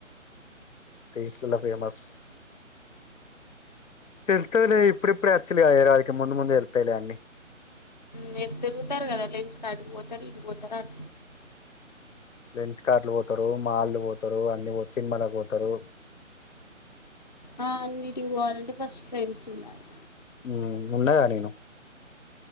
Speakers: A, on the left (about 70°); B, on the left (about 35°).
A: రీల్సుల ఫేమస్ తెల్తదిలే ఇప్పుడిప్పుడే అచ్చిల్లు కదా హైద్రబాద్ కి ముందు ముందు తెల్తయిలే అన్నీ
B: మీరు తిరుగుతారు గదా లేన్స్ కటుపోతరు ఇటుపోతరు అం
A: లెన్స్ కార్ట్లు పోతరూ మాల్లు పోతరు అన్ని పో సినిమాలకు పోతరు
B: ఆ అన్నీటికి పోవాలంటే ఫస్ట్ ఫ్రెండ్సుండాలి
A: ఊ ఉన్నగా నేను